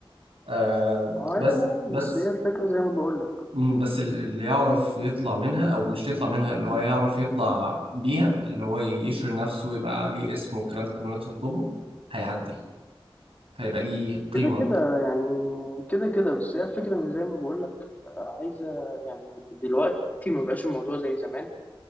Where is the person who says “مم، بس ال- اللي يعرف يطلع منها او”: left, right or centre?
Right